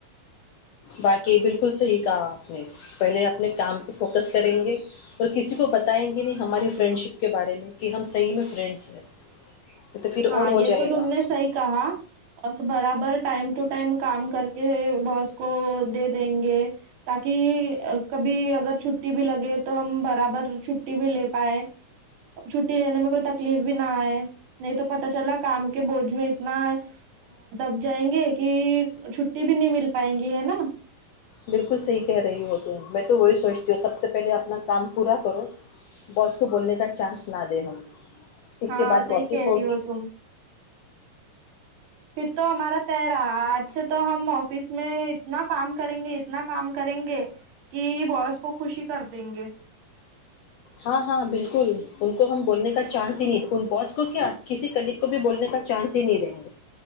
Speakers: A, on the left (about 80°); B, on the right (about 70°).
A: باقی بالکل صحیح کہا آپ نے پہلے اپنے کام پہ فوکس کریں گے اور کسی کو بتائیں گے نہیں ہماری فرینڈ شپ کے بارے میں کہ ہم صحیح میں فرینڈس ہیں تو پھر
B: ہاں
A: اور ہو
B: یہ
A: جائے
B: تو
A: گا
B: تم نے صحی کہا اور برابر ٹائم ٹو ٹائم کام کر کے باس کو دے دیں گے تاکہ کبھی اگر چھٹی بھی لگے تو ہم برابر چھٹی بھی لے پائے اور چھٹی لینے میں کوئی تکلیف بھی نہ آئے نہیں تو پتا چلا کام کے بوجھ میں اتنا دب جائیں گے کہ چھٹی بھی نہیں مل پائائےیں گی ہے نا
A: بالکل صحیح کہہ رہی ہو تو میں تو وہی سوچتی ہوں سب سے پہلے اپنا کام پورا کرو باس کو بولنے کا چانس نہ دیں ہم اس
B: ہاں
A: کے بعد
B: سی
A: گوسپ
B: کہ
A: ہوگی
B: رہی ہو ت پھر تو ہمارا ت رہا آج سے تو ہم آفس میں اتنا کام کریں گے اتنا کام کریں گے کہ باس کو خوشی کر دیں گے
A: ہاں ہاں بالکل ان کو ہم بولنے کا چانس ہی نہیں ان بوس کو کیا کسی کلیگ کو بھی بولنے کا چانس ہی نہیں دیں گے